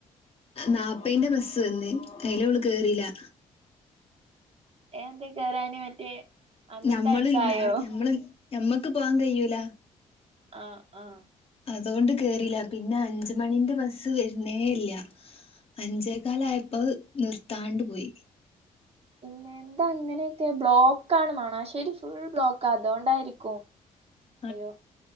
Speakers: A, on the left (about 40°); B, on the right (about 40°).
A: നാൽപ്പെയ്ന്റെ ബസ് വന്നീന് അയില് ഓള് കേറില്ലാ
B: ഏഹ് എന്ത് കെയറാഞ്ഞെ മറ്റേ അന്നത്തായിരിക്കായോ
A: ഞമ്മൾന്നാ ഞമ്മള് ഞമ്മക്ക് പോവാൻ കയ്യൂല
B: ആഹ് ആ
A: അതുകൊണ്ട് കേറിലാ, പിന്നെ അഞ്ച് മണീന്റെ ബസ്സ് വരുന്നേ ഇല്ല അഞ്ചേക്കാലായപ്പോ നിർത്താണ്ട് പോയി
B: പിന്നെ എന്താ അങ്ങനെയൊക്കെ ബ്ലോക്ക് ആണ് മണാശ്ശേരി ഫുൾ ബ്ലോക്കാ അതൊണ്ടായിരിക്കും.
A: <inaudible>
B: അയ്യോ